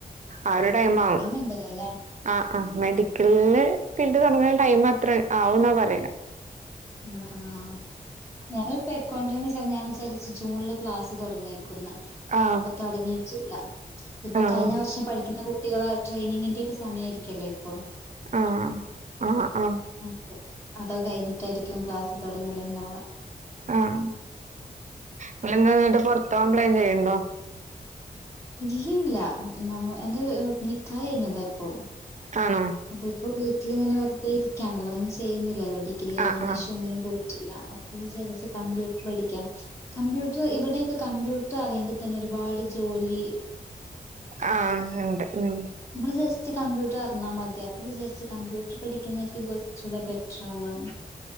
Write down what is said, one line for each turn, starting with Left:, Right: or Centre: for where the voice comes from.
Right: ആഹ് ഒരു ടൈം ആവും
Left: ണ്ടല്ലോ ല്ലേ
Right: ആഹ് ആ്മെഡിക്കല്ല് ഫീൽഡ് തൊടങ്ങൻ ടൈമത്ര ആവുംന്നാ പറയ്ണെ.
Left: ആഹ് ആഹ് ആഹ് ഞാനിപ്പ അക്കൗണ്ടന്റ് ഞാൻ വിചാരിച്ചു ജൂണില് ക്ലാസ് തുടങ്ങിക്കുന്ന
Right: ആഹ്
Left: അപ്പൊ തുടങ്ങിയിട്ടില്ല ഇപ്പൊ
Right: ആഹ്
Left: കഴിഞ്ഞ വർഷം പഠിക്കുന്ന കുട്ട് ട്ടികള ട്രെയിനിങ്ങിന്റെ ഒക്കെ സമയ ആമായിരിക്കല്ലോ ഇപ്പൊ
Right: ആഹ് ആഹ് ആഹ്
Left: ഓക്കെ അതോകേ കഴിഞ്ഞിട്ടായിരിക്കും ക്ലാസ്സ് തൊടങ്ങല്ണ്ടവാ.
Right: ആഹ് നിങ്ങെന്താന്നട്ട് പൊർതൊ കംപ്ലയിന്റ് ചെയ്ണ്ടോ?
Left: ഇല്ല ഇല്ല നമ്മ എന്റെ നിക്കാഹ് കഴിഞ്ഞതാ ഇപ്പം
Right: ആണോ
Left: അപ്പൊ ഇപ്പൊ വീട്ടിലിങ്ങനെ വെറുതെ ഇരിക്കയാണല്ലോ ഒന്നും ചെയ്യുന്നില്ലല്ലോ ടി ഗ്രി കഴിഞ്ഞന്
Right: ആഹ് ആഹ്
Left: ശേഷ ഒന്നിനും പോയിട്ടില്ല അപ്പ വിചാര്ച് കമ്പ്യൂട്ടർ പഠിക്കാം കമ്പ്യൂട്ടർ ഇവിടെയൊക്കെ കമ്പ്യൂട്ടർ അറിയെങ്കിൽ തന്നെ ഒരുപാട് ജോലി
Right: ആഹ് ഉണ്ട് ഉം
Left: മ്മള് ജസ്റ്റ് കമ്പ്യൂട്ടർ അറിഞ്ഞാൽ മതി അപ്പൊ വിചാരിച്ചു കമ്പ്യൂട്ടർ പഠിക്കുന്നായിരിക്കും കൊർച്ചുടെ ബെറ്റർ ആവാന്ന്